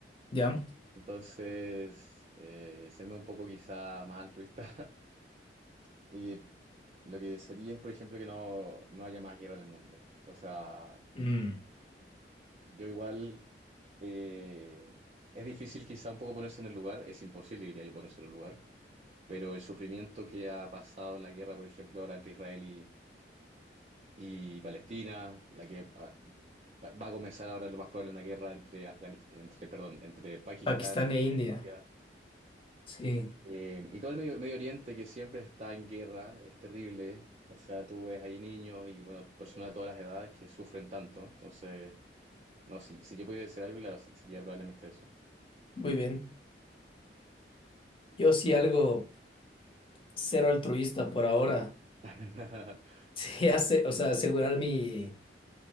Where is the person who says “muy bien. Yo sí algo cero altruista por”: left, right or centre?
Left